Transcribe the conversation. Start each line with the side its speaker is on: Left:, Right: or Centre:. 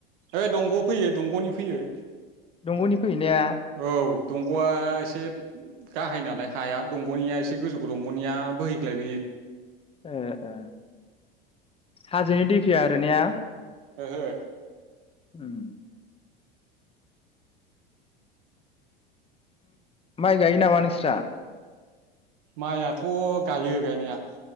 Right: ओ दंग' फैयो दंग'नि फैयो।
Left: दंग'नि फैयोना?
Right: औ दंग'आ एसे गाहाय नालाय हाया दंग'निया एसे गोजौबो दंग'निया बोहैग्लायबोयो।
Left: ए हाजोनि दै फैया आरो ने?
Right: ओहो।
Left: ओम। माइ गायो नामा नोंस्रा?
Right: माइयाथ' गायो गायनाया।